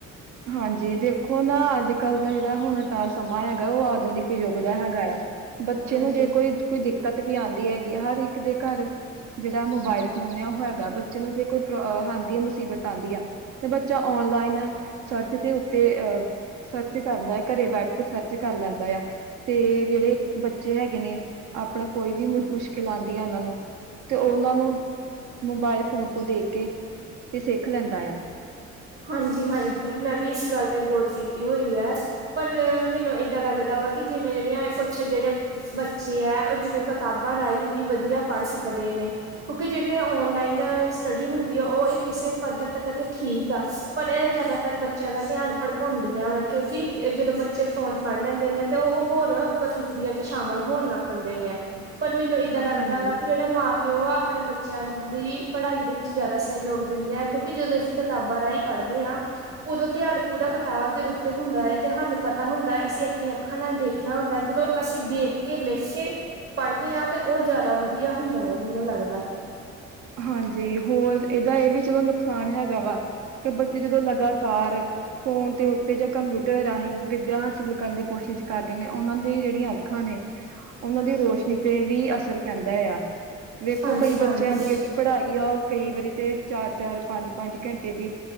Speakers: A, on the right (about 70°); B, on the right (about 45°).
A: ਹਾਂਜੀ, ਦੇਖੋ ਨਾ ਅੱਜ ਕੱਲ੍ਹ ਦਾ ਜਿਹੜਾ ਹੁਣ ਦਾ ਸਮਾਂ ਹੈਗਾ ਉਹ ਆਧੁਨਿਕ ਯੁੱਗ ਦਾ ਹੈਗਾ ਆ। ਬੱਚੇ
B: ਹਾਂਜੀ
A: ਨੂੰ ਜੇ ਕੋਈ ਕੋਈ ਦਿੱਕਤ ਵੀ ਆਂਦੀ ਹੈਗੀ ਆ ਹਰ ਇੱਕ ਦੇ ਘਰ ਜਿਹੜਾ ਮੋਬਾਇਲ ਫੋਨ ਆ ਉਹ ਹੈਗਾ ਬੱਚੇ ਨੂੰ ਜੇ ਕੋਈ ਆਂਦੀ ਆ ਮੁਸੀਬਤ ਆਂਦੀ ਆ। ਤੇ ਬੱਚਾ ਔਨਲਾਈਨ ਸਰਚ ਦੇ ਉੱਤੇ ਅ ਸਰਚ ਕਰਦਾ ਆ ਘਰੇ ਬੈਠ ਕੇ ਸਰਚ ਕਰ ਲੈਂਦਾ ਆ ਤੇ ਜਿਹੜੇ ਬੱਚੇ ਹੈਗੇ ਨੇ ਆਪਣਾ ਕੋਈ ਵੀ ਮੁ ਮੁਸ਼ਕ ਖਲਾਂਦੀ ਆ ਉਹਨਾਂ ਨੂੰ ਤੇ ਉਹਨਾਂ ਨੂੰ ਮੋਬਾਇਲ ਫੋਨ ਤੋਂ ਦੇਖ ਕੇ ਤੇ ਸਿੱਖ ਲੈਂਦਾ ਆ।
B: ਹਾਂਜੀ ਹਾਂਜੀ, ਮੈਂ ਵੀ ਇਸ ਗੱਲ ਤੇ ਗੌਰ ਕੀਤੀ ਹੋਈ ਆ। ਪਰ ਮੈਨੂੰ ਏਦਾਂ ਲੱਗਦਾ ਵਾ ਕਿ ਜਿਵੇਂ ਜਿਹੜੀਆਂ ਕੁਛ ਜਿਹੜੇ ਬੱਚੇ ਐ ਓ ਜਿਵੇਂ ਕਿਤਾਬਾਂ ਰਾਹੀਂ ਵੀ ਵਧੀਆ ਪੜ੍ਹ ਸਕਦੇ ਨੇ। ਕਿਉਂਕਿ ਜਿਹੜੀ ਓਨਲਾਈਨ ਸਟੱਡੀ ਹੁੰਦੀ ਆ ਓ ਕਿਸੇ ਪੱਧਰ ਤੱਕ ਤੇ ਠੀਕ ਪਰ ਇਹ ਜ਼ਿਆਦਾਤਰ ਬੱਚਿਆਂ ਦਾ ਧਿਆਨ ਭੜਕਾਉਂਦੀਆਂ ਵਾ ਕਿਉਂਕਿ ਜਦੋਂ ਬੱ, ਚੇ ਫੋਨ ਫੜ ਲੈਂਦੇ ਨੇ ਤੇ ਉਹ ਹੋਰ ਗਤੀਵਿਧੀਆਂ ਚ ਸ਼ਾਮਲ ਹੋਣ ਲੱਗ ਪੈਂਦੇ ਨੇ ਪਰ ਮੈਨੂੰ ਇੱਦਾਂ ਲੱਗਦਾ
A: ਹਾਂਜੀ
B: ਵਾ ਕਿ ਜਿਹੜਾ ਮਾਂ ਪਿਓ ਆਪਣੇ ਬੱਚਿਆਂ ਦੀ ਪੜ੍ਹਾਈ ਦੇ ਵਿੱਚ ਜ਼ਿਆਦਾ ਸਹਿਯੋਗ ਦਿੰਦੇ ਆ ਕਿਉਂਕਿ ਜਦੋਂ ਅਸੀਂ ਕਿਤਾਬਾਂ ਰਾਹੀਂ ਪੜ੍ਹਦੇ ਆ। ਉਦੋਂ ਧਿਆਨਾ ਪੂਰਾ ਕਿਤਾਬ ਦੇ ਉੱਤੇ ਹੁੰਦਾ ਏ ਤੇ ਸਾਨੂੰ ਪਤਾ ਹੁੰਦਾ ਐ ਅਸੀਂ ਆਪਣੀਆਂ ਅੱਖਾਂ ਨਾਲ ਦੇਖ ਦੇਖਿਆ ਹੁੰਦਾ ਜਦੋਂ ਅਸੀਂ ਦੇਖ ਕੇ ਲਿੱਖ ਕੇ, ਪੜ੍ਹਦੇ ਆ ਤੇ ਉਹ ਜ਼ਿਆਦਾ ਵਧੀਆ ਹੁੰਦਾ ਐ ਮੈਨੂੰ ਲੱਗਦਾ।
A: ਹਾਂਜੀ ਹੋਰ ਏਦਾ ਇਹ ਵੀ ਚਲੋ ਨੁਕਸਾਨ ਹੈਗਾ ਵਾ ਕਿ ਬੱਚੇ ਜਦੋਂ, ਜੋ ਲਗਾਤਾਰ ਫੋਨ ਦੇ ਉੱਤੇ ਜਾਂ ਕੰਪਿਊਟਰ ਰਾਹੀਂ ਵਿੱਦਿਆ ਹਾਸਲ ਕਰਨ ਦੀ ਕੋਸ਼ਿਸ਼। ਕਰਦੇ ਨੇ ਉਹਨਾਂ ਦੀ ਜਿਹੜੀਆਂ ਅੱਖਾਂ ਨੇ ਉਹਨਾਂ ਦੀ ਰੋਸ਼ਨੀ ਤੇ ਵੀ ਅਸਰ ਪੈਂਦਾ ਆ। ਵੇਖੋ
B: ਹਾਂਜੀ
A: ਕਈ ਬੱਚਿਆਂ
B: ਹਾਂਜੀ
A: ਦੀ ਜਿਹੜੀ ਪੜ੍ਹਾਈ ਆ ਓ ਕਈ ਵਾਰੀ ਤੇ ਚਾਰ ਚਾਰ। ਪੰਜ ਪੰਜ ਘੰਟੇ ਵੀ